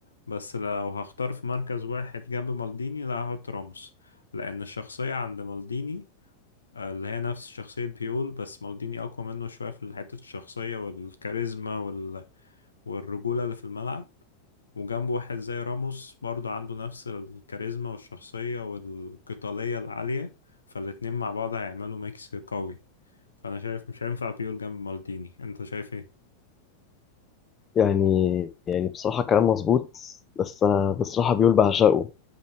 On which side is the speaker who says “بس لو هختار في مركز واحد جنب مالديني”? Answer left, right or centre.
Left